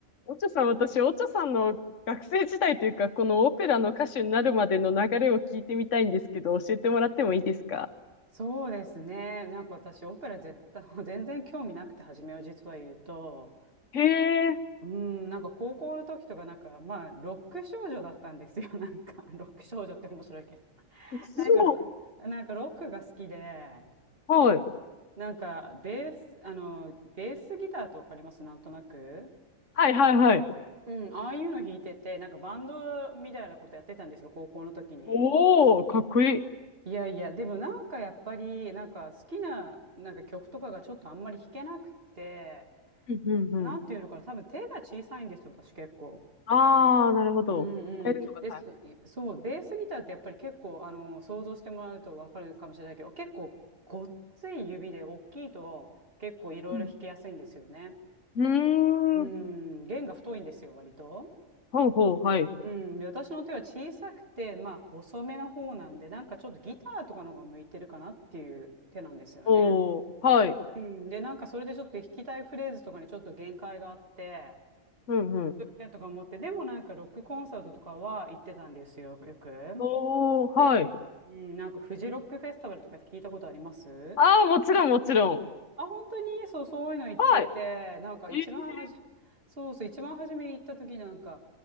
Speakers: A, on the left; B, on the right.
A: オチョさん、私、オチョさんの学生時代というか、このオペラの歌手になるまでの流れを聞いてみたいんですけど、教えてもらってもいいですか
B: そうですね。なんか私、オペラ絶対、<laughs> 全然興味なくて、初めう実は言うと、
A: へえ、
B: うん、なんか高校の時とか、なんか、まあ、ロック少女だったんですよ。<laughs> なんか、ロック少女って面白いけど。<laughs>
A: え、そう。
B: なんかロ、なんかロックが好きで、
A: はい。
B: なんか、ベース、あの、ベースギターとわかりますなんとなく。
A: はいはいはい。
B: うん、ああいうの弾いてて、なんかバンドみたいなことやってたんですよ、高校の時に。
A: おー、かっこいい。
B: いやいや、でもなんかやっぱり、なんか好きな、なんか曲とかがちょっとあんまり弾けなくて、
A: うんうんうん。
B: なんていうのかな、多分手が小さいんですよ、私結構。
A: あー、なるほど。
B: うんうん。
A: 変えるのが大
B: です、そう、ベースギターってやっぱり結構、あの、想像してもらうとわかるかもしれないけど、結構ごっつい指で大きいと結構いろいろ弾けやすいんですよね。
A: 変。うん。
B: うん、
A: うーん。
B: 弦が太いんですよ、割と。
A: ほうほう、はい。
B: うん、で、私の手は小さくて、まあ細めな方なんで、なんかちょっとギターとかの方が向いてるかなっていう手なんですよね。
A: おー、はい。
B: うん、で、なんかそれでちょっと弾きたいフレーズとかにちょっと限界があって、
A: うんうん。
B: えとか思って、でもなんかロックコンサートとかは行ってたんですよ、よく。
A: おー、はい。
B: うん、なんかフジロックフェスティバルとかって聞いたことあります
A: あー、もちろんもちろん。
B: あ、本当にそう、そういうの行ってて、
A: はい。
B: なんか一番はじ、
A: えー、
B: <laughs> そうそう、一番初めに行った時なんか、